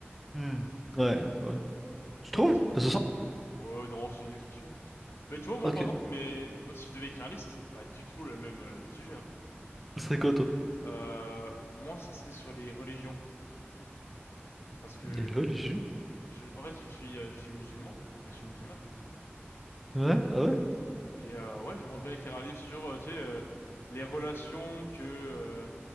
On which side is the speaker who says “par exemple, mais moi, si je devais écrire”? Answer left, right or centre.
Left